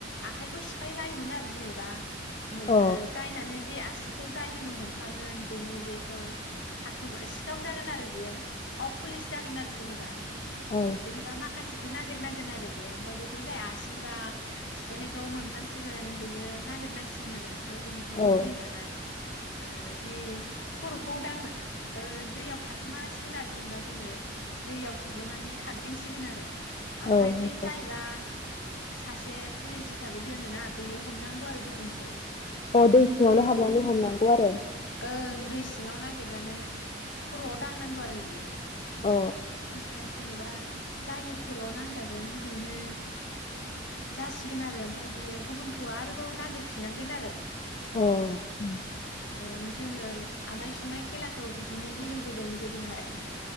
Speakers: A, on the left; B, on the left.
A: आखाइखौ सिफाय लायोमोन आरो जेनेबा। मोन
B: अ
A: ओ जायनानो। बे आसिखौ जायनिनो हमफ्लांगोन बेनो बेखौ थाखोमा सिखाव जागोन आरो बेयो। अ पुलिस जागोन आरो जेनेबा
B: औ
A: जेनेबा माखासे खौ नागिरनांगोन आरो बेयो ओमफाय बे खौ जायासिबा सिफायनायखौ मोनफ्लांसिगोन बेयो नागिरनांसिगोन आरो। जोङोथ'
B: औ
A: दै नालाय। ओ बे खर'खौ दांना ओ दैयाव थाखोमासिगोन आरो जेनेबा जोङो दैयाव थब्ल'नानै खारदिंसिगोन आरो।
B: औ
A: आमफाय बे जायैबा। सासे पुलिस हिसाबै दोनोना बेयो हमनांगौ आरो गुबुनखौ।
B: अ दै
A: गुबुननि
B: सिङावनो
A: खर'खौ
B: हाबनानै हमनांगौ आरो।
A: ओं दै सिङाव नागिरनानै खर'आव दांनांगौ आरो इयो।
B: अ।
A: ओमफाय जेनेबा जायनो खरआव नांजागोन बेनो जासिगोन आरो ओमफ्राय बियो गुबुनखौ आरोबाव नागिरफिननांगोन आरो।
B: अ उम।
A: ओ जोङो आमायसुमाय खेलाखौ बिदिनो गेलेबोदों गोदोहाय